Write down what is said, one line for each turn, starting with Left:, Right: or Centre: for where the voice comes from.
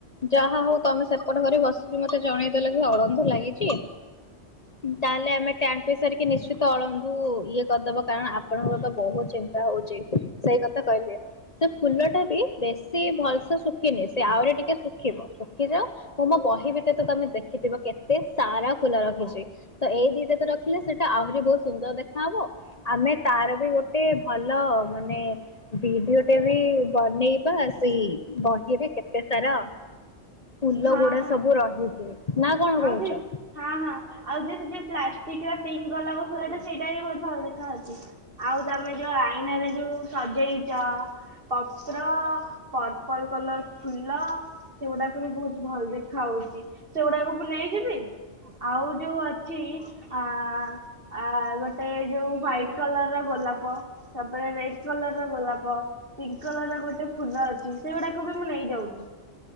Left: ଯାହା ହଉ ତମେ ସେପଟ ଘରେ ବସିବି ମତେ ଜଣେଇଦେଲେ କି ଅଳନ୍ଧୁ ଲାଗିଛି ତାହେଲେ ଆମେ ଟ୍ୟାଙ୍କ ପ ସାରିକି ନିଶ୍ଚିତ ଅଳଧୁ ଇଏ କରିଦବ କାରଣ ଆପଣଙ୍କର ତ ବହୁତ ଚିନ୍ତା ହଉଛି ସେଇ କଥା କହିଲେ ସେ ଫୁଲ ଟା ବି ବେଶୀ ଭଲସେ ଶୁଖିନି ସେ ଆହୁରି ଟିକେ ଶୁଖିବ ଶୁଖିଯାଉ ମୁଁ ମୋ ବହି ଭିତରେ ତ ତମେ ଦେଖିଥିବ କେତେ ସାରା ଫୁଲ ରଖିଚି ତ ଏଇ ଦିଟା ତ ରଖିଲେ ସେଟା ଆହୁରି ବହୁତ ସୁନ୍ଦର ଦେଖାହବ। ଆମେ ତାର ବି ଗୋଟେ ଭଲ ମାନେ ଭିଡିଓ ଟେ ବି ବନେଇବା ସେଇ ବହିରେ କେତେ ସାରା ଫୁଲ
Right: ହଁ
Left: ଗୁଡା
Right: ହଁ
Left: ସବୁ ରହିଛି ନା କଣ
Right: ଆଉ
Left: କହୁଛ?
Right: ସେ ହଁ ହଁ ଆଉ ଯ ଯଦି ପ୍ଲାଷ୍ଟିକର ପିଙ୍କ ଗୋଲା ଫୁଲ ଟା ବି ସେଇଟା ବି ବୋହୁ ଭଲ ଦେଖା ଅଛି ଆଉ ତମେ ଯୋଉ ଆଇନ ରେ ଯୋଉ ସଜେଇଚ ପତ୍ର ପର୍ପଲ କଲର ଫୁଲ ସେଗୁଡାକୁ ବି ବହୁତ ଭଲ ଦେଖା ହଉଛି ସେଗୁଡାକୁ ଆଉ ଯୋଉ ଅଛି ଆ ଆ ଗୋଟେ ଯୋଉ ୱାଇଟ୍ କଲର ର ଗୋଲାପ ତାପରେ ରେଡ କଲର ର ଗୋଲାପ ପିଙ୍କ କଲର ର ଗୋଟେ ଫୁଲ ଅଛି ସେଗୁଡାକୁ ବି ମୁଁ ନେଇଯାଉଛି।